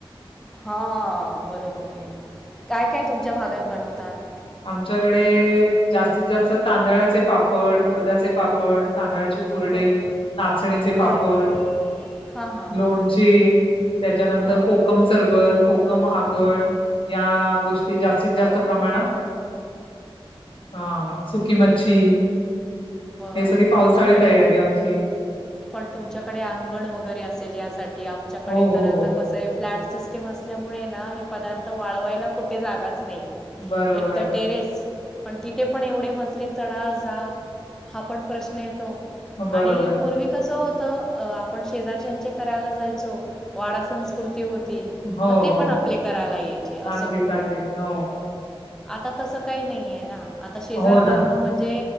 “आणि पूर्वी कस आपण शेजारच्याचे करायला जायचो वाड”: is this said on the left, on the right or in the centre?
Centre